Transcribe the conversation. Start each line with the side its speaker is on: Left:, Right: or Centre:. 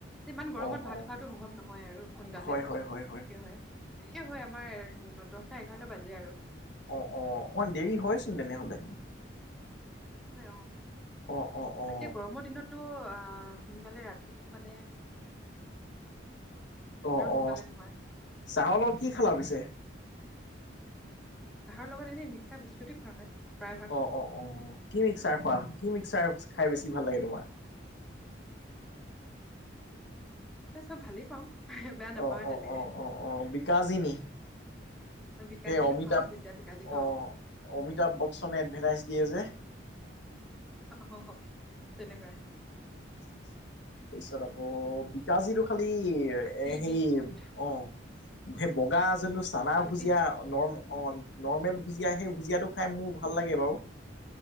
Centre: ইমান গৰমত
Left: অ
Centre: ভাত
Left: অ
Centre: খোৱাাতটো সম্ভৱ নহয় আৰু, সোনকালে
Left: হয় হয়
Centre: অলপ
Left: হয়
Centre: দেৰিকে হয় দেৰিয়ে হয় আমাৰ দহটা এঘাৰটা বাজে আৰু।
Left: অ অ অন দেৰি হয়চোন তেনেহলে।
Centre: দেৰি হয় অ,
Left: অ অ অ
Centre: এতিয়া গৰমৰ দিনতো আহ সোনকালে ৰাতি মানে আন্ধাৰো
Left: অ
Centre: সোনকালে
Left: অ
Centre: নহয়
Left: চহৰলগত কি খালা পিছে?
Centre: চাহৰলগত এনেই মিক্সাৰ বিস্কুটি খোৱা হয়। প্ৰায়ভাগ
Left: অ অ অ কি মিক্সাৰ খোৱা
Centre: অ
Left: কি মিক্সাৰ খাই বেছি ভাল লাগে তোমাৰ?
Centre: না, চব ভালেই পাওঁ। বেয়া নাপাওঁৱে
Left: অ অ
Centre: তেনেকে
Left: অ অ অ বিকাজি নি?
Centre: অ বিকাজিটো
Left: সেই অমিতাভ
Centre: খাওঁ ভুজিয়া বিকাজি খাওঁ
Left: আহ, অমিতাভ বচ্চনে এডভাৰটাইজ দিয়ে যে।
Centre: অহ তেনেকুৱা।
Left: তাৰপিছত আকৌ বিকাজিৰো খালি এ
Centre: বাকী
Left: সেই
Centre: বিস্কুট
Left: অ সেই বগা যোনটো চানা
Centre: মালকিষ্ট
Left: ভুজিয়া নৰ্ম অ নৰ্মেল ভুজিয়া, সেই ভুজিয়াটো খাই মোৰ ভাল লাগে বাৰু।